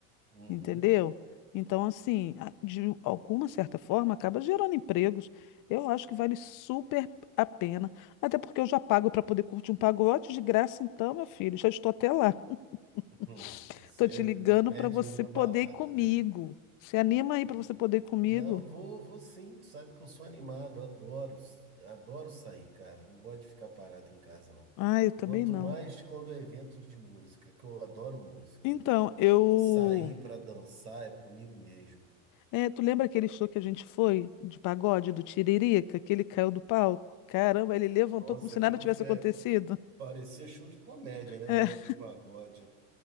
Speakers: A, on the right; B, on the left.
A: Uhum,
B: entendeu? Então, assim, a- de alguma certa forma, acaba gerando empregos. Eu acho que vale super a pena. Até porque eu já pago para poder curtir um pagode de graça, então, meu filho, já estou até lá. <laughs>
A: uhum. Você
B: Tô te ligando
A: não perde
B: para você
A: uma
B: poder
A: balada,
B: ir comigo.
A: né?
B: Se anima aí
A: Hum,
B: para você poder ir comigo?
A: Não, vou, vou sim. Tu sabe que eu sou animado, adoro, adoro sair, cara. Não gosto de ficar parado em casa, não.
B: Ah, eu também
A: Quanto
B: não.
A: mais quando é evento de música, que eu adoro música.
B: Então, eu.
A: Eh, Sair para dançar é comigo mesmo.
B: É, tu lembra aquele show que a gente foi de pagode do Tiririca, que ele caiu do palco? Caramba, ele levantou
A: Nossa,
B: como se
A: aquilo
B: nada tivesse
A: foi,
B: acontecido.
A: é, parecia show de comédia, né?
B: <laughs>
A: Não era de pagode.